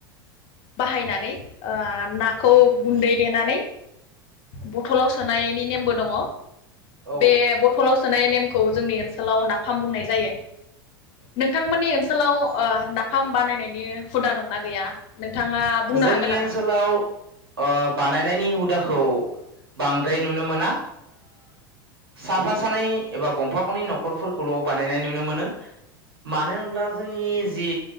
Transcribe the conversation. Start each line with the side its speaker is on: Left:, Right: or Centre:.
Left: बाहायनानै ओ नाखौ गुन्दै देनानै बथलाव सोनायनि नेमबो दङ।
Right: औ-औ-औ
Left: बे बथलाव सोनाय नेमखौ जोंनि ओनसोलाव नाफाम बुंनाय जायो नोंथांमोननि सोलाव नाफाम बानायनायनि हुदा दंना गैया नोंथाङा बुंनो
Right: जोंनि
Left: हागोन नामा
Right: ओनसोलाव ओ बानायनायनि हु दाखौ बांद्राय नुनो मोना साफा सानै एबा गंफा गंनै न'खरफोरखौल' बानायनाय नुनो मोनो मानो होनब्ला जोंनि जि